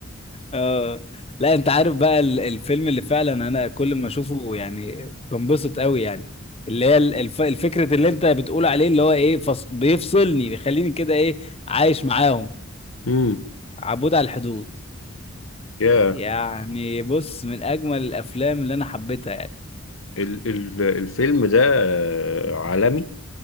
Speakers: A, on the left; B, on the left.
A: اه لا انت عارف بقى ال- الفيلم اللي فعلا انا كل ما اشوفه يعني بنبسط قوي يعني اللي هي ال- الف- الفكرة اللي انت بتقول عليه اللي هو ايه فص... بيفصلني بيخليني كده ايه عايش معاهم
B: امم
A: عبود على الحدود
B: يا
A: يعني بص من اجمل الافلام اللي انا حبيتها يعني
B: ال ال الفيلم ده عالمي